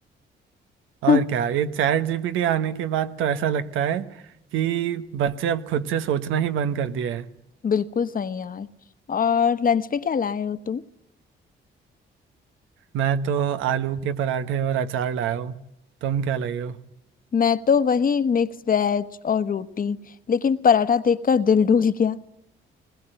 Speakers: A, on the right (about 85°); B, on the left (about 45°).
A: और
B: हाँ,
A: क्या ये चैट जीपीटी आने के बाद तो ऐसा लगता है कि बच्चे अब खुद से सोचना ही बंद कर दिया है
B: बिल्कुल सही यार और लंच में क्या लाए हो तुम
A: मैं तो आलू के पराठे और अचार लाया हूँ तुम क्या लाए हो
B: मैं तो वही मिक्स वेज और रोटी लेकिन पराठा देखकर दिल डूल गया